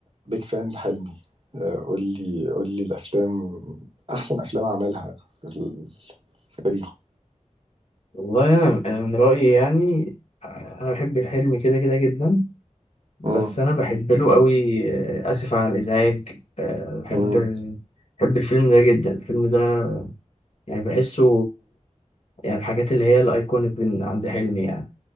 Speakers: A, on the right (about 45°); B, on the left (about 55°).
A: بيك فان لحلمي آه، قول لي قول لي الافلام احسن افلام عملها في, ال- في تاريخه
B: والله انا انا من رايي يعني انا بحب الحلم كده كده جدا بس
A: امم
B: انا بحب له قوي آه، اسف على الازعاج آه، بحب
A: امم
B: بحب الفيلم ده جدا الفيلم ده يعني بحسه يعني الحاجات اللي هي الايكونيك من عند حلمي يعني